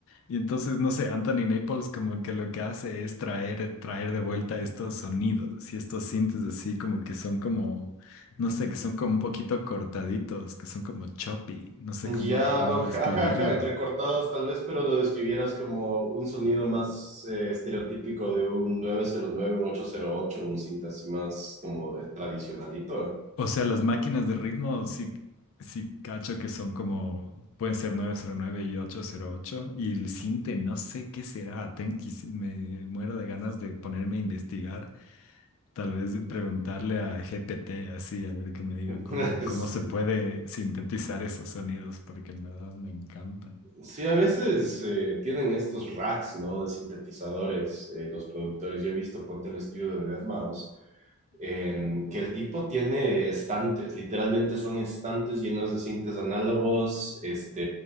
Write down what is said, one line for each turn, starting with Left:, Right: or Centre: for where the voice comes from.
Left: Y entonces, no sé, Anthony Naples como que lo que hace es traer, traer de vuelta estos sonidos y estos sintes así como que son como, no sé, que son como un poquito cortaditos, que son como choppy, no sé
Right: Ya,
Left: cómo, cómo describirlo.
Right: jajaja, entrecortados tal vez, pero lo describieras como un sonido más eh, estereotípico de un 909, un 808, un cinta así más como de tradicionalito.
Left: O sea, las máquinas de ritmo sí, sí cacho que son como, pueden ser 909 y ocho cero ocho Y el sinte, no sé qué será. ten- quisi- me muero de ganas de ponerme a investigar. Tal vez de preguntarle a GPT así, a ver que me diga
Right: <laughs>
Left: cómo, cómo
Right: Sí,
Left: se puede sintetizar esos sonidos, porque en verdad me encantan.
Right: sí, a veces eh, tienen estos racks, ¿no? De sintetizadores, eh, los productores. Yo he visto, ponte el estudio de Deadmau5 em, que el tipo tiene estantes, literalmente son estantes llenos de cintas análogos, este,